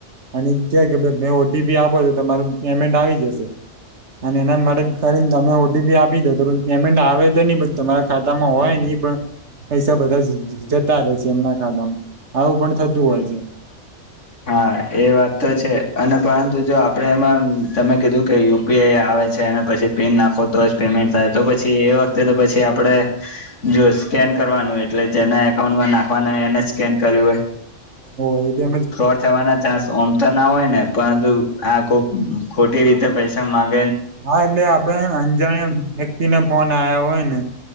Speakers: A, on the right; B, on the left.
A: અને ક્યા કે ભ મે ઓટીપી આપો છો તમારું પેમેન્ટ આવી જશે. અને એના માટે કરીને તમે ઓઢી બી આપ આપી દ તો પેમેન્ટ આવે તો નહી પણ તમારા ખાતામાં હોય ને એ પણ પૈસા બધા જ જતા રહે છે એમના ખાતામાં આવું પણ થતું હોય છે.
B: હા, એ વાત તો છે અને પરંતુ જો આપડે એમાં તમે કીધું કે યુપીઆઈ આવે છે અને પછી પિન નાખ તો જ પેમેન્ટ થાય તો પછી એ વખતે તો પછી આપડે જો સ્કેન કરવાનું એટલે જે એકાઉન્ટમાં નાખવાના એને સ્કેન કર્યું હોય
A: ઓ એ તો અમે
B: થ ચાન્સ ઓમ તો ના હોય ને પરંતુ આ ખોટી રીતે પૈસા માંગ
A: હા એટલે આપડે અંજાણ વ્યક્તિને ફોન આવ્યા હોય ને